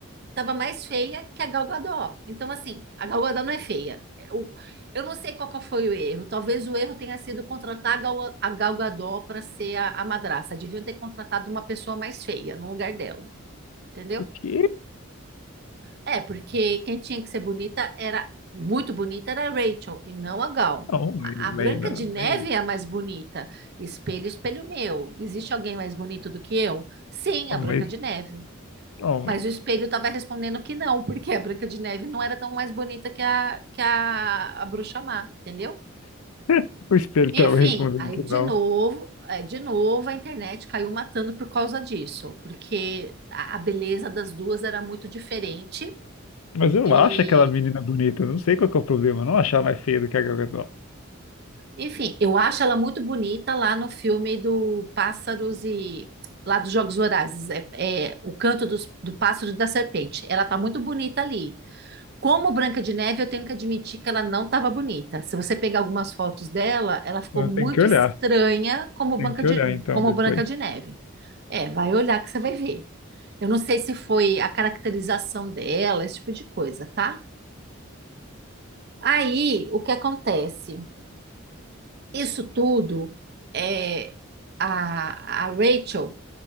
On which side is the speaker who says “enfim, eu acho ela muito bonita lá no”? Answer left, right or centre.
Right